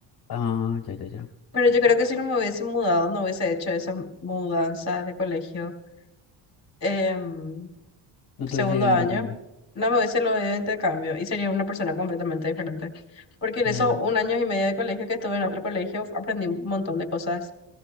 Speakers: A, on the left; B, on the left.
A: Ah, ya, ya, ya.
B: Pero yo creo que si no me hubiese mudado, no hubiese hecho esa mudanza de colegio. Em,
A: No
B: segundo
A: te hubieses ido de
B: año,
A: intercambio.
B: no me hubiese lo de intercambio y sería una persona completamente diferente. Porque
A: Claro,
B: en esos un año y medio de colegio que estuve en otro colegio, aprendí un montón de cosas.